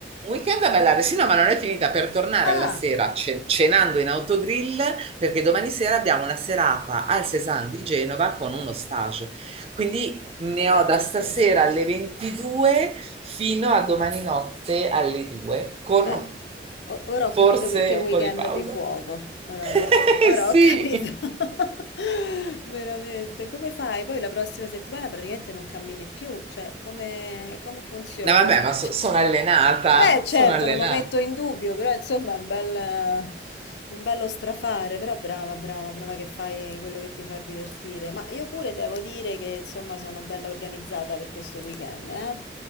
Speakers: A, on the right; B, on the left.
A: un weekend a ballare, sì, no, ma non è finita per tornare
B: <laughs> Ah!
A: alla sera ce- cenando in autogrill perché domani sera abbiamo una serata al Cézanne di Genova con uno stage. Quindi ne
B: Vabbè,
A: ho da
B: pazzesco.
A: stasera alle 22 fino a domani notte alle 2 con
B: Vabbè, o- ora ho
A: forse
B: capito perché è weekend
A: un po' di pausa.
B: di fuoco. Ora,
A: <laughs>
B: ora
A: Eh sì,
B: ho capito. <laughs> Veramente. Come fai? Poi la prossima settimana praticamente non cammini più. Cioè, come, come funziona?
A: no, vabbè, ma
B: <laughs>
A: so- sono allenata,
B: Cioè, beh, certo,
A: sono allenata.
B: non lo metto in dubbio, però insomma è un bel... Un bello strafare, però brava, brava, brava che fai quello che ti fa divertire. Ma io pure devo dire che insomma sono bella organizzata per questo weekend, eh?